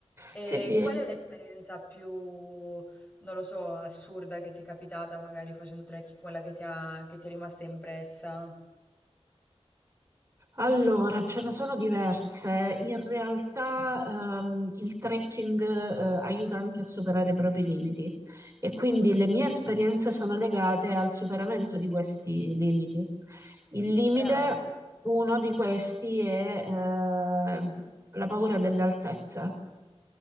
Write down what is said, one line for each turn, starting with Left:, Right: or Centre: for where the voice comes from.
Left: E
Right: sì, sì.
Left: qual è l'esperienza più, non lo so, assurda che ti è capitata, magari facendo trekking, quella che ti ha- che ti è rimasta impressa?
Right: Allora, ce ne sono diverse. In realtà, ehm, il trekking, eh, aiuta anche a superare i propri limiti e quindi le mie esperienze sono legate al superamento di questi limiti. Il limite,
Left: Brava.
Right: uno di questi è, ehm, la paura delle altezze.